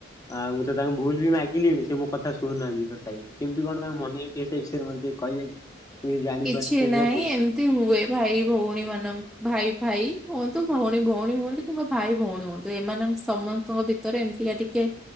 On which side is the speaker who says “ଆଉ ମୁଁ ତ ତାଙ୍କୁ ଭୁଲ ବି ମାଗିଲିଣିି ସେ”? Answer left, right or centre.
Left